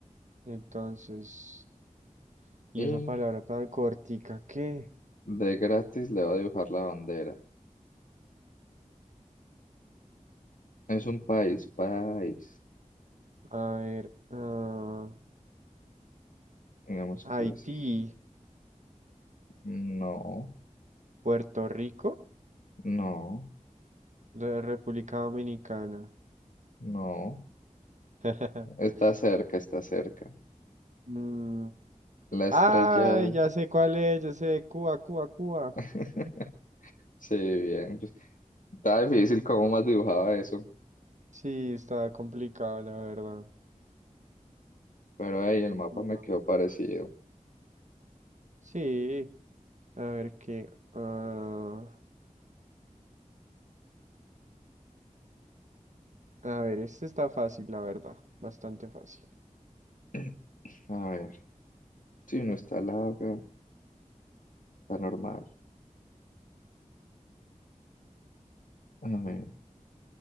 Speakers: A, on the right; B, on the left.
A: entonces. ¿Y
B: Y
A: esa palabra tan cortica qué?
B: de gratis le va a dibujar la bandera. Es un país, país.
A: A ver, ah,
B: Digamos
A: Haití,
B: que es así. No,
A: Puerto Rico,
B: no,
A: la República Dominicana.
B: no.
A: <laughs>
B: Está cerca, está cerca.
A: Mm,
B: La
A: Ah,
B: estrella es...
A: ya sé cuál es, ya sé, Cuba, Cuba, Cuba.
B: <laughs> Sí, bien. Pues, está difícil cómo más dibujaba eso,
A: Sí, está complicado, la verdad.
B: pero ahí el mapa
A: Cuba.
B: me quedó parecido.
A: Sí, A ver qué. ah, a ver, este está fácil, la verdad. Bastante fácil.
B: <clears throat> A ver, sí, no está larga, está normal. A ver,